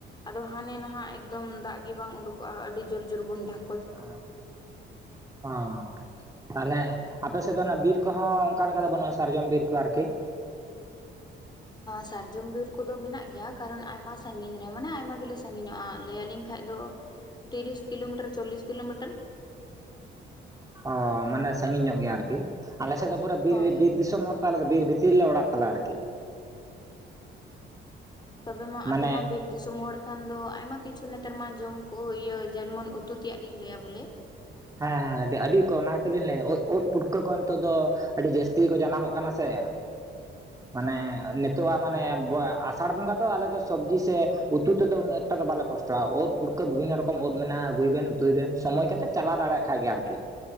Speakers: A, on the left; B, on the right.
A: ᱟᱫᱚ ᱦᱟᱱᱮ ᱱᱟᱦᱟᱜ ᱮᱠᱫᱚᱢ ᱫᱟᱜᱼᱜᱮ ᱵᱟᱝ ᱩᱰᱩᱠᱚᱜᱼᱟ ᱟᱹᱰᱤ ᱡᱩᱨ ᱡᱩᱨ ᱵᱚᱱ ᱰᱷᱟᱠ
B: ᱦ ᱦᱸ ᱛᱟᱦᱚᱞᱮ ᱟᱯᱮ ᱥᱮᱫ ᱫᱚ ᱱᱟᱦᱟᱜ ᱵᱤᱨ ᱠᱚᱦᱚᱸ ᱚᱱᱠᱟ ᱞᱮᱠᱟ ᱫᱚ ᱵᱟᱹᱱᱩᱜᱼᱟ ᱥᱟᱨᱡᱚᱢᱵᱤᱨ ᱠᱚ ᱟᱨᱠᱤ
A: ᱥᱟᱨᱡᱚᱢ ᱵᱤᱨ ᱠᱚᱫᱚ ᱢᱮᱱᱟᱜ ᱜᱮᱭᱟ ᱠᱟᱨᱚᱱ ᱟᱭᱢᱟ ᱥᱟᱺᱜᱤᱧ ᱨᱮ ᱢᱟᱱᱮ ᱟᱭᱢᱟ ᱜᱮᱞᱮ ᱥᱟᱺᱜᱤᱧᱚᱜᱼᱟ ᱞᱟᱹᱭᱭᱟᱞᱤᱧ ᱠᱷᱟᱱ ᱵᱟ ᱠᱷᱟᱱ ᱫᱚ ᱛᱤᱨᱤᱥ ᱠᱤᱞᱳᱢᱤᱴᱟᱹᱨ ᱪᱚᱞᱞᱤᱥ ᱠᱤᱞᱳᱢᱤᱴᱟᱹᱨ
B: ᱦᱚᱻ ᱢᱟᱱᱮ ᱥᱟᱺᱜᱤᱧ ᱧᱚᱜ ᱜᱮᱭᱟ ᱟᱨᱠᱤ ᱟᱞᱮ ᱥᱮᱫ ᱫᱚ ᱯᱩᱨᱟᱹ ᱵᱤᱨ
A: ᱦᱳᱭ
B: ᱵᱤᱨ ᱫᱤᱥᱚᱢ ᱦᱚᱲ ᱟᱞᱮᱫᱚ ᱵᱤᱨ ᱵᱷᱤᱛᱤᱨ ᱞᱮ ᱚᱲᱟᱜ ᱛᱟᱞᱮ ᱟᱨᱠᱤ
A: ᱛᱚᱵᱮ ᱢᱟᱸ
B: ᱢᱟᱱᱮ
A: ᱟᱯᱮ ᱢᱟᱸ ᱵᱤᱨ ᱫᱤᱥᱚᱢ ᱦᱚᱲ ᱠᱷᱟᱱ ᱫᱚ ᱟᱭᱢᱟ ᱠᱤᱪᱷᱩ ᱱᱮᱛᱟᱨ ᱢᱟᱸ ᱡᱚᱢ ᱠᱚ ᱤᱭᱟᱹ ᱡᱮᱢᱚᱱ ᱩᱛᱩ ᱛᱮᱭᱟᱜ ᱞᱤᱧ ᱞᱟᱹᱭᱟ ᱵᱚᱞᱮ
B: ᱦᱮᱸ ᱦᱮᱸ ᱟᱹᱰᱤ ᱠᱚ ᱚᱱᱟᱜᱮᱛᱚᱞᱤᱤᱧ ᱞᱟᱹᱭᱫᱟ ᱩᱫᱽ ᱯᱩᱴᱠᱟᱹ ᱠᱚ ᱱᱤᱛᱚᱜ ᱫᱚ ᱟᱹᱰᱤ ᱡᱟᱹᱥᱛᱤ ᱜᱮᱠᱚ ᱡᱟᱱᱟᱢᱚᱜ ᱠᱟᱱᱟ ᱥᱮ ᱢᱟᱱᱮ ᱱᱤᱛᱚᱜᱜ ᱢᱟᱱᱮ ᱟᱥᱟᱲ ᱵᱚᱸᱜᱟ ᱫᱚ ᱟᱞᱮ ᱫᱚ ᱥᱚᱵᱽᱡᱤ ᱥᱮ ᱩᱛᱩ ᱛᱮᱫᱚ ᱩᱱᱟᱹᱜ ᱮᱴᱟ ᱫᱚ ᱵᱟᱞᱮ ᱠᱚᱥᱴᱚᱜ ᱛ ᱩᱫᱽ ᱯᱩᱨᱠᱟᱹ ᱵᱤᱵᱷᱤᱱᱱᱚ ᱨᱚᱠᱚᱢ ᱩᱽ ᱢᱮᱱᱟᱜᱼᱟ ᱟᱹᱜᱩᱭ ᱵᱮᱱ ᱩᱛᱩᱭ ᱵᱮᱱ ᱥᱚᱢᱚᱭ ᱠᱟᱛᱮᱫ ᱪᱟᱞᱟᱣ ᱫᱟᱲᱮᱭᱟᱜ ᱠᱷᱟᱡ ᱜᱮ ᱟᱨᱠᱤ